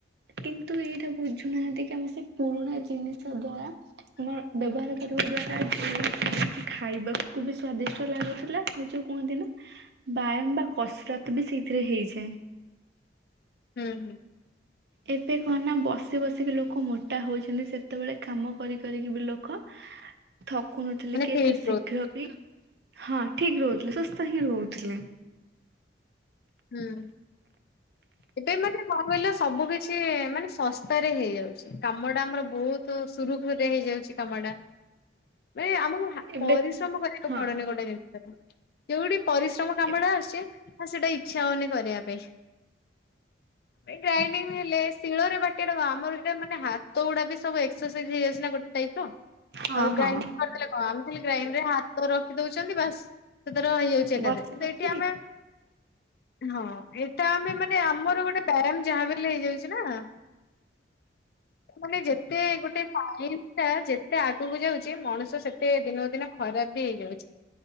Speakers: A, on the right; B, on the left.
A: କି ବୁଝୁନାହାନ୍ତି କି ଆମେ ସେ ପୁରୁଣା ଜିନିଷ ଦ୍ଵାରା ଆମ ବ୍ୟବହାର କରିବା ଦ୍ଵାରା ଯେଉଁ ଖାଇବାକୁ ବି ସ୍ଵାଦିଷ୍ଟ ଲାଗୁଥିଲା ଆଉ ଯୋଉ କୁହନ୍ତି ନା ବାୟାମ ବା କସରତ ବି ସେଇଥିରେ ହେଇଯାଏ।
B: ହୁଁ ହୁଁ।
A: ଏବେ କହ ନା ବସି ବସିକି ଲୋ ଲୋକ ମୋଟା ହୋଉଛନ୍ତି ସେତେବେଳେ କାମ କରି କରିକି ବି ଲୋକ ଥକୁ ନଥିଲେ
B: ମାନେ
A: କି
B: ଫିଟ୍
A: ଏତେ ଶୀଘ୍ର ବି ହଁ ଠିକ ରହୁଥିଲେ ସୁସ୍ଥ ହିଁ ରହୁଥିଲେ।
B: ହୁଁ ଏବେ ମାନେ କଣ କହିଲ ସବୁ କିଛି ମାନେ ଶସ୍ତାରେ ହେଇଯାଉଛି କାମଟା ଆମର ବୋହୁତ ସୁରୁଖୁରୁରେ ହେଇଯାଉଛି କାମଟା। ମାନ ଆମକୁ
A: ଏବେ
B: ପରିଶ୍ରମ କରିବାକୁ
A: ହଁ
B: ପଡୁନି ଗୋଟେ ଜିନିଷରେ। ଯୋଉଟି ପରିଶ୍ରମ କାମ
A: ଏ-
B: ଟା ଆସୁଚି ହଁ ସେଟା ଇଛା ହୋଉନି କରିବା ପାଇଁ, ଗ୍ରାଇଡିଙ୍ଗ ହେଲେ ଶିଳରେ ବାଟିବା ଟା କ ଆମର ଏଟା ମାନେ ହାତ ଗୁଡା ବି ସବୁ ଏକ୍ସରସାଇଜ ହେଇ ଯାଉଛି ନା ଗୋଟେ ଟାଇପ ର।
A: ହଁ
B: ଆଉ
A: ହଁ
B: ଗ୍ରାଇଣ୍ଡ କରିଦେଲେ କଣ ଆମେ ଖାଲି ଗ୍ରାଇଣ୍ଡରେ ହା ତ ରଖି ଦୋଉଛନ୍ତି ବାସ ସେ ତାର ହେଇଯାଉଛି ଏକା
A: ବସି
B: ଥରେ କିନ୍ତୁ
A: ବସି
B: ଏଠି ଆମେ ହଁ ଏଟା ଆମେ ମାନେ ଆମର ଗୋଟେ ବ୍ୟାୟାମ ଯାହା ବି ହେଲେ ହେଇ ଯାଉଛି ନା। ମାନେ ଯେତେ ଗୋଟେ ପାଏ। ତା ଯେତେ ଆଗୁକୁ ଯାଉଚି ମଣିଷ ସେତେ ଦିନକୁ ଦିନ ଖରାପ ବି ହେଇଯାଉଚି।